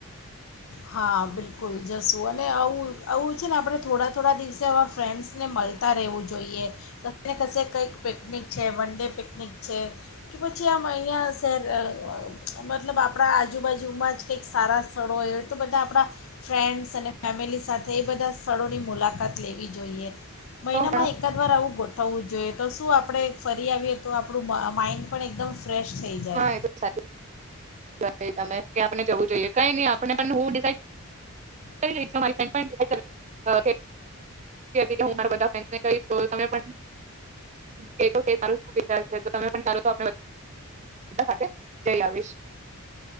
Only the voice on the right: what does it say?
તો ઘણા
હા એ તો સાચી તમે ક્યાં આપને જવું, જોઈએ. કઈ નહી, આપણે પણ હુંડ કરી. <unintelligible> હું, કહીશ ત પણ કેાર ત પણ ચાલો સાથે જ આવીશ.